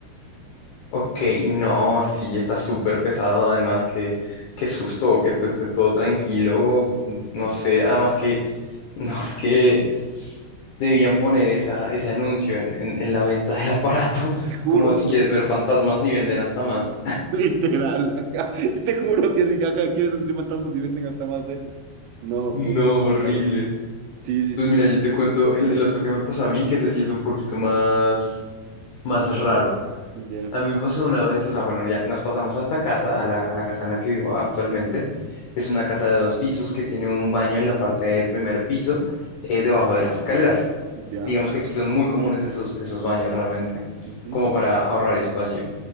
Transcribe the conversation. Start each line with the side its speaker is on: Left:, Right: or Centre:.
Left: Ok, no, sí, está súper pesado, además que qué susto que tú estés todo tranquilo, no sé, además que, <laughs> no, es que debían poner esa, ese anuncio en, en, en la venta del aparato, <laughs>
Right: <laughs> te juro,
Left: como si quieres ver fantasmas y venden hasta más.
Right: literal, ajá. Te juro que si, ajá, quieres entre fantasmas y venden hasta más de esos. No,
Left: No,
Right: qué,
Left: horrible.
Right: claro, sí. Sí,
Left: Pues
Right: sí,
Left: mira,
Right: sí.
Left: yo te cuento el, el otro que me pasó a mí, que ese sí es un poquito más, más raro.
Right: Ya,
Left: A mí me pasó una vez, o sea, bueno, ya nos pasamos a esta casa, a la, a la casa en la que vivo actualmente. Es una casa de dos pisos que tiene un baño en la parte del primer piso, eh, debajo de las escaleras.
Right: ya,
Left: Digamos que aquí son muy comunes esos, esos baños realmente,
Right: ujú,
Left: como para ahorrar espacio.